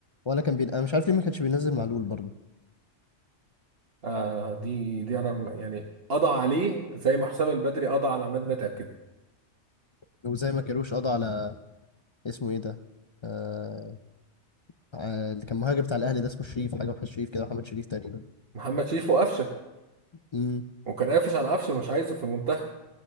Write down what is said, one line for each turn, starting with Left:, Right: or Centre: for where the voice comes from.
Left: ولا كان بين... انا مش عارف ليه ما كانش بينزل معلول برضه
Right: آه دي دي انا يعني قضى عليه زي ما حسام البدري قضى على عماد متعب كده
Left: وزي ما كانوش قضى على اسمه ايه ده آه... آه، اللي كان مهاجم بتاع الاهلي ده اسمه شريف حاجه محمد شريف كده محمد شريف تقريبا
Right: محمد شريف وقفشه
Left: امم
Right: وكان قافش على قفشه مش عايزه في المنتخب